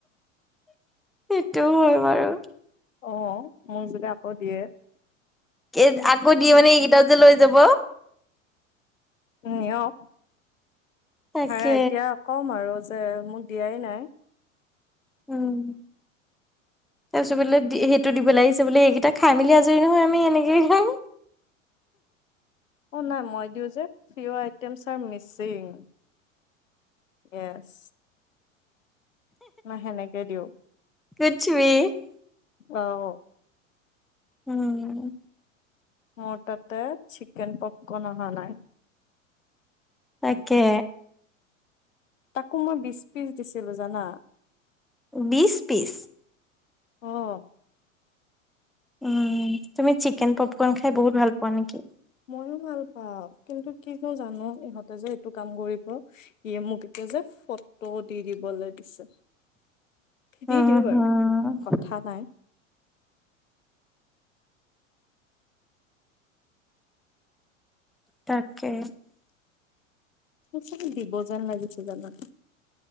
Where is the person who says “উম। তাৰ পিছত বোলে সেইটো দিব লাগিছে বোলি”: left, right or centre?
Centre